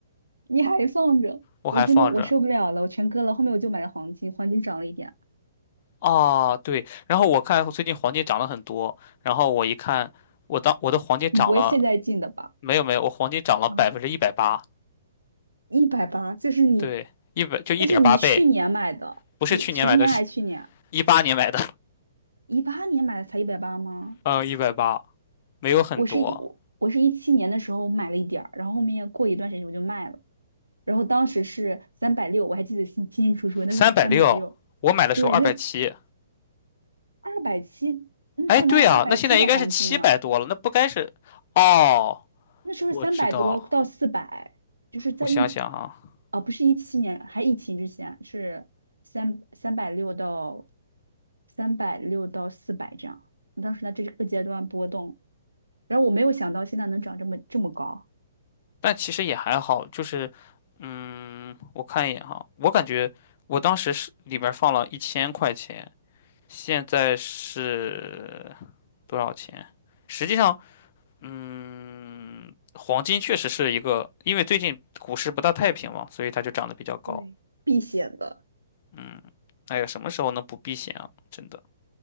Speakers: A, on the right; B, on the left.
A: 你还放着，
B: 我还放着。
A: 我真的我受不了了，我全割了，后面我就买了黄金，黄金涨了一点，
B: 啊，对，然后我看最近黄金涨了很多，然后我一看，我当我的黄金涨了，
A: 你不会现在进的吧？
B: 没有没有，我黄金涨了百分之一百八，
A: 啊，一百八，就是你，
B: 对，一百就一点八倍，
A: 那是你去年买的，
B: 不是去年买的，
A: 你前年还是去年？
B: 是一八年买的，
A: 一八年买的才一百八吗？
B: <laughs> 嗯，一百八没有很多，
A: 我是一我我是一七年的时候买了一点儿，然后后面过一段时间我就卖了，然后当时是三百六，我还记得清清清楚楚，那时候还三百六，
B: 三百六，我买的时候二百七，
A: 对，那二百七，那时候哪有二百七的黄金啊？
B: 哎，对啊，那现在应该是七百多了，那不该是，哦，
A: 那时候三百多到四百，
B: 我知道了，
A: 就是在一，
B: 我想想啊。
A: 啊、不是一七年，还疫情之前是三三百六到三百六到四百这样。当时在这个阶段波动，然后我没有想到现在能涨这么这么高，
B: 但其实也还好，就是，嗯，我看一眼哈，我感觉我当时是里面放了一千块钱，现在是多少钱？实际上，嗯，黄金确实是一个，因为最近股市不大太平嘛，所以它就涨得比较高。
A: 对，避险的。
B: 嗯，哎呀，什么时候能不避险啊？真的。